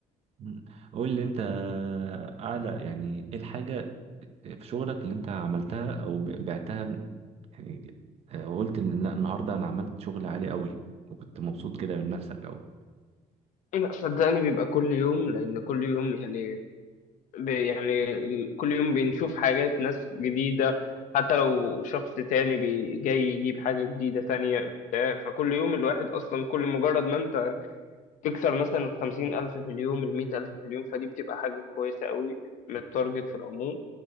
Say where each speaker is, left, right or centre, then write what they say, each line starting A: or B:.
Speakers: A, on the right (about 50°); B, on the left (about 70°).
A: مم. قول لي انت آه، اعلى يعني ايه الحاجه في شغلك اللي انت عملتها او ب- بعتها من- يعني آه، وقلت ان لا النهارده انا عملت شغل عالي قوي وكنت مبسوط كده من نفسك قوي
B: إيه، لا صدقني بيبقى كل يوم لان كل يوم يعني ب- يعني ال- كل يوم بنشوف حاجات ناس جديدة حتى لو شخص تاني بي- جاي يجيب حاجة جديدة تانية بتاع فكل يوم الواحد أصلا كل مجرد ما أنت تكسر مثلا الخمسين ألف في اليوم المية ألف في اليوم فدي بتبقى حاجة كويسة قوي للتارجت في العموم